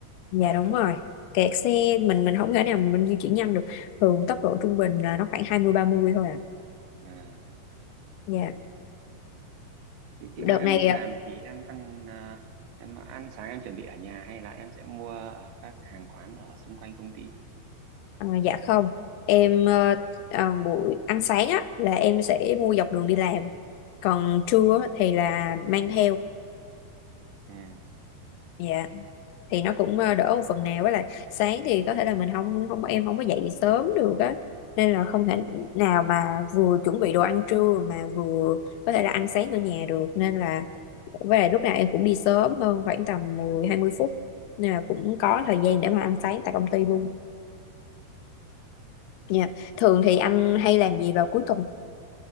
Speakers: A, on the left; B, on the right.
A: dạ đúng rồi kẹt xe mình mình không thể nào mình di chuyển nhanh được thường tốc độ trung bình là nó khoảng hai mươi ba mươi thôi à
B: À,
A: dạ
B: thì khi
A: đợt
B: mà em
A: này
B: đi làm thì em ăn à, em ăn sáng em chuẩn bị ở nhà hay là em sẽ mua ở các hàng quán ở xung quanh công ty?
A: ờ, dạ không em ờ, ờ, buổi ăn sáng á là em sẽ mua dọc đường đi làm còn trưa á thì là mang theo
B: À,
A: Dạ thì nó cũng ờ, đỡ một phần nào với lại sáng thì có thể là mình không không em không có dậy sớm được á nên là không thể nào mà vừa chuẩn bị đồ ăn trưa mà vừa có thể là ăn sáng ở nhà được nên là với lại lúc nào em cũng đi sớm hơn khoảng tầm mười hai mươi phút nên là cũng có thời gian để mà ăn sáng tại công ty luôn Dạ. Thường thì anh hay làm gì vào cuối tuần